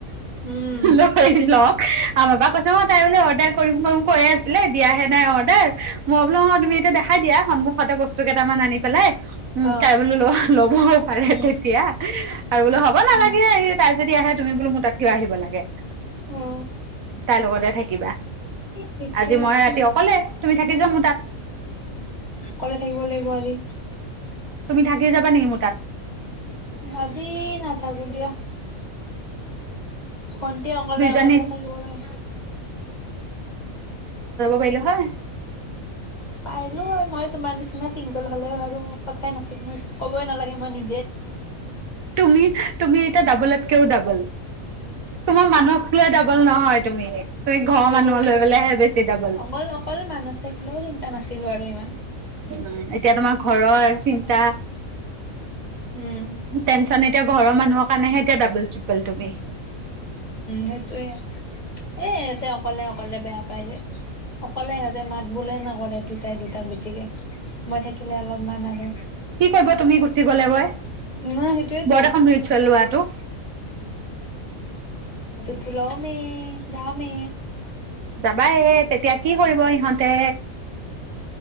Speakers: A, on the left; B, on the right.
A: উম
B: লৈ লওঁক আৰু বাপাক কৈছে অ তাই বোলে অৰ্ডাৰ কৰিম কৰিম কৈয়ে আছিলে দিয়াহে নাই অৰ তাৰ মই বোলো অ তুমি এতিয়া দেখাই দিয়া সন্মুখতে বস্তু কেইটামান আনি পেলাই উম
A: অ
B: তাই বোলো লবও পাৰে
A: উম
B: তেতিয়া। আৰু বোলো হব নালাগে
A: উম
B: আহি তাই যদি আহে তুমি বোলো মোৰ তাত কিয় আহিব লাগে
A: অ
B: তাইৰ লগতে থাকিবা
A: ঠিকে
B: আজি মই
A: আছে
B: ৰাতি অকলে। তুমি থাকি যোৱা মোৰ তাত
A: অকলে থাকিব লাগিব আজি। <inaudible>
B: তুমি থাকি যাবা নেকি মো
A: ভাজি নাচ হ'ব দিয়া ভণ্টি অকলে
B: দুইজনী
A: অকলে থাকিব লাগিব
B: কৈলো হয়?
A: পাৰিলো হয় মই তোমাৰ নিচিনা চিংগল হলে বাৰু কথাই নাছিল মই ক'বই নালাগে মই নি
B: তুমি তুমি এতিয়া ডাবলতকেও ডাবল তোমাৰ তোমাৰ নহয় তুমি তুমি
A: ঘৰৰো
B: ঘৰৰ মানুহ লৈপেলেহে বেছি ডাবল।
A: অকল অকল মানুহ থাকিলেও চিন্তা নাছিলো আৰু ইমান।
B: উম এতিয়া তোমাক ঘৰৰ চিন্তা
A: উম।
B: টেনচন এতিয়া ঘৰৰ মানুহক কাৰনেহেতিয়া ডাবল ত্ৰিপুল তুমি।
A: সেইটোয়ে এ এতিয়া অকলে অকলে বেয়া পাই যে অকলে সহজে মাত বোলে নকৰে দুটাই দুটাক বেছিকে মই থাকিলে অলপমান আৰু।
B: কি কয়িব তুমি গুচি গলেগৈ
A: ন সেইটোয়েতো।
B: বৰদখন <unintelligible> লোৱাটো
A: পলও মে দাহ মে
B: যাবাই তেতিয়া কি কৰিব ইহঁতে?